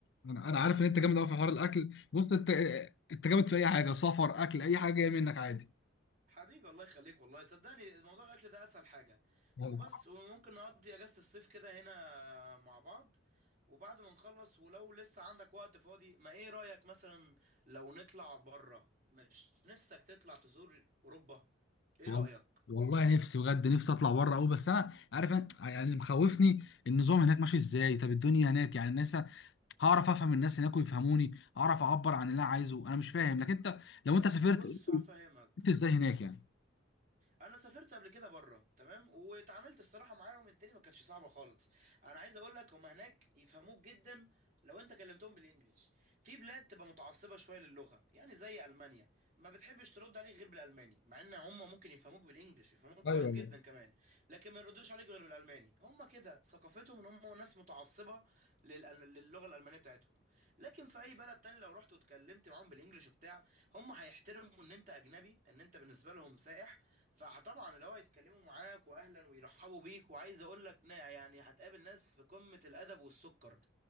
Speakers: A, on the left (about 60°); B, on the right (about 40°).
A: انا أنا عارف ان انت جامد قوي في حوار الاكل بص انت انت جامد في اي حاجه سفر اكل اي حاجه جايه منك عادي
B: حبيبي الله يخليك والله صدقني موضوع الأكل ده أسهل حاجة
A: والله
B: وبس وممكن نقضي أجازة الصيف كده هنا مع بعض وبعد ما نخلص ولو لسه عندك وقت فاضي ما إيه رأيك مثلا لو نطلع بره مش نفسك تطلع تزور أوروبا إيه
A: وال-
B: رأيك
A: والله نفسي بجد نفسي اطلع بره قوي بس انا عارف أنت- يعني اللي مخوفني النظام هناك ماشي ازاي طب الدنيا هناك يعني الناس هعرف افهم الناس هناك ويفهموني اعرف اعبر عن اللي انا عايزه انا مش فاهم لكن انت لو انت سافرت
B: بص هفهمك
A: انت ازاي هناك يعني
B: انا سافرت قبل كده بره تمام واتعاملت الصراحه معاهم الدنيا ما كانتش صعبه خالص انا عايز اقول لك هم هناك يفهموك جدا لو انت كلمتهم بالانجلش في بلاد تبقى متعصبه شويه للغه يعني زي المانيا ما بتحبش ترد عليك غير بالالماني مع ان هم ممكن يفهموك بالانجلش يفهموك كويس
A: ايوه
B: جدا كمان لكن ما يردوش عليك غير بالالماني الالماني هم كده ثقافتهم ان هم ناس متعصبه للأل- للغه الالمانيه بتاعتهم لكن في اي بلد تاني لو رحت واتكلمت معاهم بالانجلش وبتاع هم هيحترموا ان انت اجنبي ان انت بالنسبه لهم سائح فطبعا اللي هو هيتكلموا معاك واهلا ويرحبوا بيك وعايز اقول لك نا- يعني هتقابل ناس في قمه الادب والسكر